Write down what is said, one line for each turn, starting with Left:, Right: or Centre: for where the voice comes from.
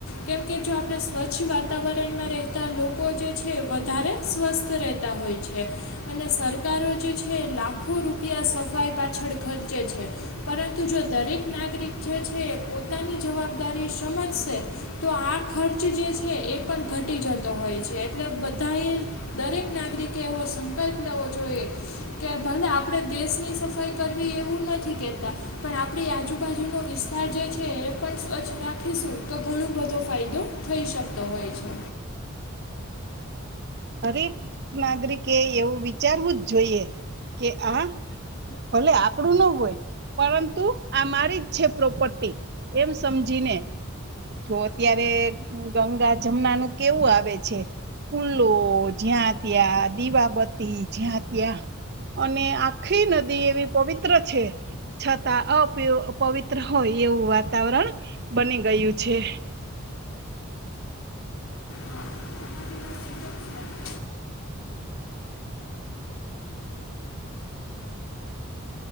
Left: કેમ કે જો આપણે સ્વચ્છ વાતાવરણમાં રહેતા લોકો જે છે, વધારે સ્વસ્થ રે હેતા હોય છે. અને સરકારો જે છે, લાખો રૂપિયા સફાઈ પાછળ ખર્ચે છે. પરંતુ જો દરેક નાગરિક જ છે, એ પોતાની જવાબદારી શમજસે. તો આ ખર્જ જે છે, એ પણ ઘટી જતો હોય છે એટલે બધા એ દરેક નાગરિકે એવો સંકલ્પ લેવો જોયે. કે ભલે આપણેે દેશની સફાઈ કરવી એવું નથી કેતા, પણ આપણી આજુ-બાજુ ઓ વિસ્તાર જે છે એ પણ સ્વચ્છ રાખીશું, તો ઘણો બધો ફાયદો થઈ શકતો હોય છે.
Right: હરેક, નાગરિકે એવું વિચારવું જ જોઈએ કે આ ભલે, આપડું ન હોય. પરંતુ આ મારી જ છે પ્રોપર્ટી, એમ સમજીને. જો અત્યારે ગંગા-ઝમનાનું કેવું આવે છે. લો જ્યાં ત્યાં દીવાબત્તી જ્યાં ત્યાં અને આખી નદી એવી પવિત્ર છે. છતાં અપ્રિયુ પવિત્ર હોય, એવું વાતાવરણ બની ગયું છે.
Left: લેવામાં આવ્યા